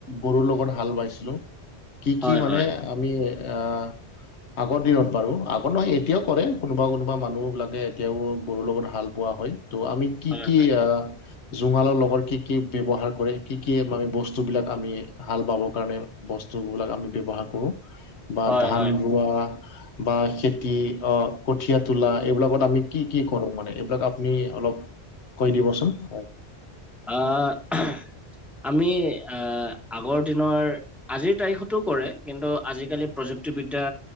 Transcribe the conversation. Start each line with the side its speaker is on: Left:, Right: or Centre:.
Left: গৰুৰ লগত হাল বাইছিলো, কি কি
Centre: হয়
Left: মানে
Centre: হয়
Left: আমি, আহ আগৰ দিনত পাৰোঁ। আগত নহয় এতিয়াও কৰে, কোনোবা কোনোবা মানুহবিলাকে এতিয়াও গৰুৰ লগত হাল বোৱা হয়। ত' আমি কি
Centre: হয়
Left: কি আ, জোঙালৰ লগৰ কি কি? ব্যৱহাৰ কৰে, কি কি আমাৰ বস্তুবিলাক আমি হাল বাবৰ কাৰণে বস্তুবিলাক আমি ব্যৱহাৰ কৰোঁ। বা
Centre: হয়
Left: ধান
Centre: হয় হয় হয়
Left: ৰোৱা বা খেতি অ কঠীয়া তোলা এইবিলাকত আমি কি কি কৰো মানে এইবিলাক আপুনি অলপ কৈ দিবচোন হয়?
Centre: আ আহ আমি আহ আগৰ দিনৰ আজিৰ তাৰিখতো কৰে কিন্তু আজিকালি প্ৰযুক্তিবিদ্যা